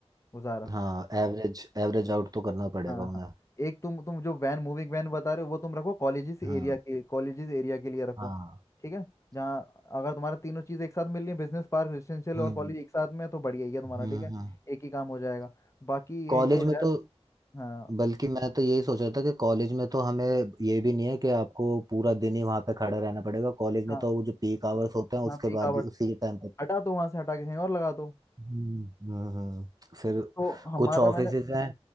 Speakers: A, on the left; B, on the right.
A: गुजारा
B: हाँ एवरेज एवरेज आउट तो करना पड़ेगा
A: हाँ
B: उन्हें
A: हाँ एक तुम तुम जो वैन मूविंग वैन बता रहे हो वो तुम रखो कॉलेजेस एरिया
B: हाँ
A: के कॉलेजेस एरिया के लिए रखो
B: हाँ
A: ठीक है जहाँ अगर तुम्हारा तीनों चीज़ एक साथ मिल रही है बिजनेस पार्क रेजिडेंशियल
B: हम्म
A: और कॉलेज एक साथ में है, तो बढ़िया ही है तुम्हारा
B: हम्म
A: ठीक है
B: हम्म
A: एक ही काम हो जाएगा बाकी ये
B: कॉलेज
A: जो
B: में
A: है
B: तो
A: हाँ
B: बल्कि मैं तो यही सोच रहा था कि कॉलेज में तो हमें ये भी नहीं है कि आपको पूरा दिन ही वहां पे खड़े रहना पड़ेगा कॉलेज में
A: हाँ
B: तो वो जो पीक आवर्स होते हैं उसके
A: हाँ पीक
B: बाद
A: आवर्स
B: उसी के टाइम पे
A: हटा दो वहाँ से हटा के कहीं और लगा दो
B: हम्म हम्म हम्म। फिर
A: तो हमारा
B: कुछ ऑफिसेज
A: मैंने
B: हैं